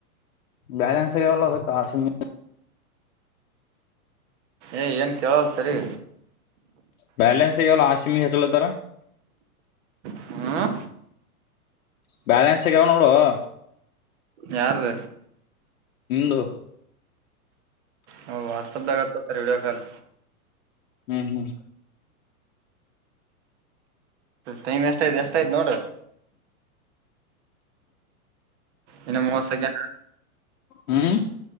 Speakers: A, on the left; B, on the right.
A: ಬ್ಯಾಲೆನ್ಸ್ ಯಲ್ಲದ ಕಾಶಮ
B: ಏ್ ಏನು ಕೇಳಲ್ಲ ಸರಿ
A: ಬ್ಯಾಲೆನ್ಸ್ ಅಯ್ಯಲ್ಲ ಆಸಿಮ ಹೆಚ್ಚಲತ್ತರ
B: ಹ್ಮ
A: ಬ್ಯಾಲೆನ್ಸ್ಗಾವ ನೋಡ <unintelligible>
B: ಯಾರ್ದ
A: ನಿಮ್ದು
B: ಹ ವಾಟ್ಸಪದಾಗ ಹಚ್ಚೋತಾರ ವಿಡಿಯೊ ಕಾಲ್
A: ಹ್ಮ್ ಹ್ಮ್
B: ಟೈಮ್ ಎಷ್ಟ ಆಯ್ತ ಎಷ್ಟ ಆಯ್ತು ನೋಡ ಇನ್ನ ಮೂವತ್ತ ಸೆಕಂಡ್
A: ಹ್ಮ